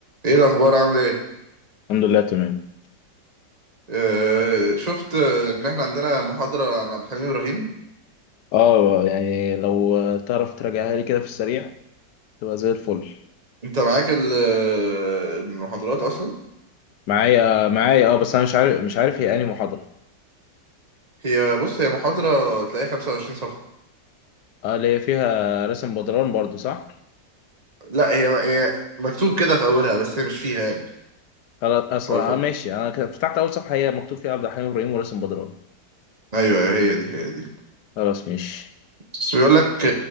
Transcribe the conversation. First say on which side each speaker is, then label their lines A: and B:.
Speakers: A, on the right; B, on the left.
A: ايه الاخبار عامل ايه
B: الحمد لله تمام
A: آه شفت آه، ان احنا عندنا محاضره عن عبد الحليم ابراهيم
B: اه يعني لو تعرف تراجعها لي كده في السريع تبقى زي الفل
A: انت معاك ال- آه، المحاضرات اصلا
B: معايا معايا اه بس انا مش عارف مش عارف هي انهي محاضرة
A: هي بص هي محاضره تلاقيها 25 صفحه
B: اه اللي هي فيها رسم بدران برضو صح
A: لا هي هي مكتوب كده في اولها بس هي مش فيها يعني
B: خلاص اصلا
A: هو ف...
B: اه ماشي انا كده فتحت اول صفحة هي مكتوب فيها عبد الحليم ابراهيم ورسم بدران
A: ايوه ايوه هي دي هي دي
B: خلاص ماشي
A: بس بيقول لك